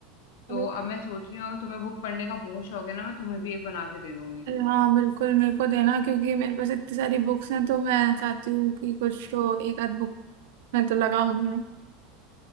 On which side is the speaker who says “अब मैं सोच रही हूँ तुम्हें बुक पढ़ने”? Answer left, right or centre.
Left